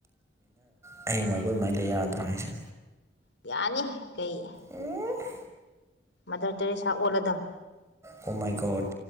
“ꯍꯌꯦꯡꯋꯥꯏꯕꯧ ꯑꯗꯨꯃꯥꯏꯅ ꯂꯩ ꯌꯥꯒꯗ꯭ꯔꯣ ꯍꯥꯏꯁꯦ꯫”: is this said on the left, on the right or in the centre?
Right